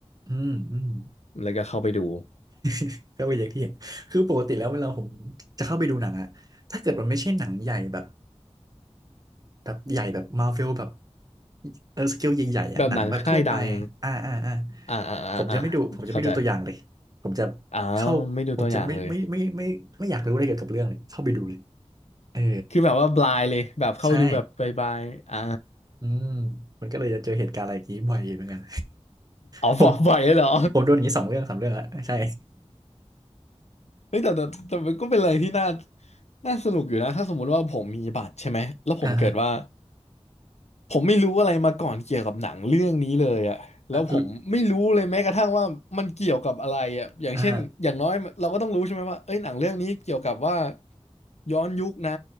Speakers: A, on the right (about 35°); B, on the left (about 75°).
A: อืมอืม
B: แล้วก็เข้าไปดู
A: <laughs> ก็เป็นอย่างที่เห็นคือปกติแล้วเวลาผมจะเข้าไปดูหนังอะถ้าเกิดมันไม่ใช่หนังใหญ่แบบแบบใหญ่แบบมาร์เวลแบบเออสเกลใหญ่ๆอะหนังแบบทั่วไปอ่าอ่าอ่า
B: แบบหนังค่ายดังอ่าอ่าอ่าอ่า
A: ผมจะไม่ดูผมจะไม่ดูตัวอย่างเลยผมจะ
B: เข้าใจอ่า
A: เข้าผมจะไม่ไม่ไม่ไม่ไม่ไม่อยากรู้อะไรเกี่ยวกับเรื่องเลยเข้าไปดูเลย
B: ไม่ดูตัวอย่างเลย
A: เออ
B: คือแบบว่าบลายเลยแบบเข้าไปดูแบบบายบายอ่า
A: ใช่ อืมมันก็เลยจะเจอเหตุการณ์อะไรอย่างนี้บ่อยเหมือนกัน
B: อ๋อบอกบ่อยเลยเหรอ
A: <laughs> ผมผมโดนอย่างนี้สองเรื่องสามเรื่องอะใช่
B: เฮ้ยแต่แต่แต่มันก็เป็นอะไรที่น่าน่าสนุกอยู่นะถ้าสมมุติว่าผมมีบัตรใช่ไหมแล้วผมเกิดว่า
A: <laughs> อ่าฮะ
B: ผมไม่รู้อะไรมาก่อนเกี่ยวกับหนังเรื่องนี้เลยอะแล้วผมไม่รู้เลยแม้กระทั่งว่ามันเกี่ยวกับอะไรอะอย่างเช่นอย่างน้อยเราก็ต้องรู้ใช่ไหมว่าเอ้ยหนังเรื่องนี้เกี่ยวกับว่า
A: อ่ะลุอ่า
B: ย้อนยุคนะ